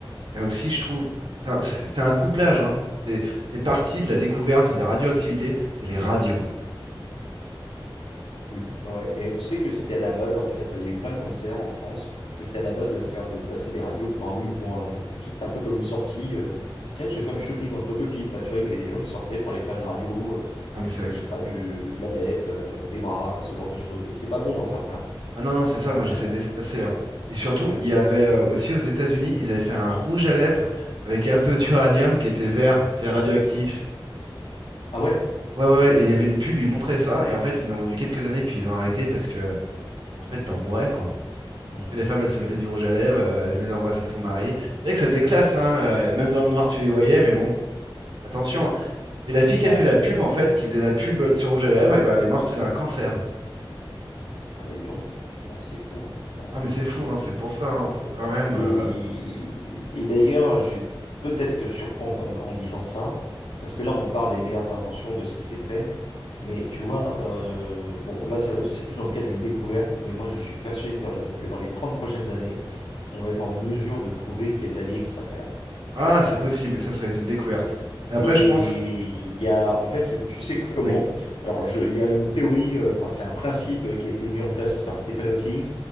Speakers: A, on the right; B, on the left.
A: Là aussi, je trouve, enfin, c'est c'est un couplage, hein. C'est c'est parti de la découverte de la radioactivité, c'est les radios.
B: Oui, ouais. ouais. Et tu sais que c'était à la mode en fait. Il y a eu plein de concerts en France, mais c'était à la mode de faire de passer des radios pour un oui ou pour un non. Donc tu sais, c'était un peu comme une sortie. euh, Tiens, je vais faire du shopping entre copines. Bah tu vois, il y avait des gens qui sortaient pour aller faire une radio, euh,
A: Ah mais c'est vrai
B: euh,
A: que
B: je
A: c'est
B: sais pas,
A: fou.
B: du,
A: hein.
B: de la tête, euh, des bras, ce genre de choses. Et c'est pas
A: Mm.
B: bon d'en faire plein.
A: Ah non, non, c'est ça,
B: Euh,
A: moi j'essaie d'espacer. hein. Et surtout,
B: ouais.
A: il y avait euh, aussi aux États-Unis, ils avaient fait un rouge à lèvres avec un peu d'uranium qui était vert, c'est radioactif.
B: Ah ouais?
A: Ouais, ouais, ouais, et il y avait une pub, ils montraient ça, et en fait, ils l'ont vendu quelques années, puis ils ont arrêté parce que, en fait, t'en mourais, quoi.
B: Mhm.
A: Et les femmes, elles se mettaient du rouge à lèvres, euh, elles venaient d'embrasser son mari. C'est vrai que ça faisait classe, hein, euh, même dans le noir, tu les voyais, mais bon, attention. hein. Et la fille qui
B: Ouais.
A: a fait la pub, en fait, qui faisait la pub euh, sur rouge à lèvres, et ben elle est morte d'un cancer.
B: Ah bah, dis donc. Ouais, c'est fou, hein.
A: Ah, mais c'est fou, hein, c'est pour ça, hein, faut quand même.
B: Et,
A: euh,
B: et d'ailleurs, je vais peut-être te surprendre en, en disant ça, parce que là, on parle des meilleures inventions de ce qui s'est fait. Mais tu vois, euh, bon, là, c'est c'est plus dans le cadre d'une découverte, mais moi, je suis persuadé que dans le- que dans les 30 prochaines années, on va être en mesure de prouver qu'il y a de la vie extraterrestre.
A: Ah, c'est possible, ça, ça va être une découverte. Mais après,
B: Et
A: je pense.
B: il y a, en fait, tu tu sais comment?
A: Oui,
B: Alors, je, il y a une théorie, euh, enfin, c'est un principe qui a été mis en place par Stephen Hawking.